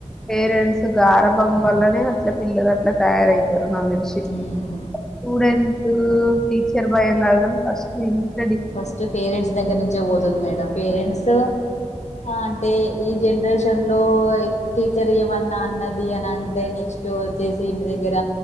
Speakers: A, in the centre; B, on the left (about 65°).
A: పేరెంట్స్ గారభం వల్లనే అట్లా పిల్లలట్లా తయారైతుర్రు నగ్తేల్సి
B: మ్మ్
A: స్టూడెంటు టీచర్ భయం కాద్ గన్ ఫస్ట్ ఇనుంచి
B: ఫస్ట్ పేరెంట్స్ దగ్గర్నుంచే పోతుంద్ మేడం పేరెంట్సు అ అంటే ఈ జన్రేషన్ లో టీచర్ ఏమన్నా అన్నది అనంటే నెక్స్టూ వచ్చెసి ఇంటి దగ్గర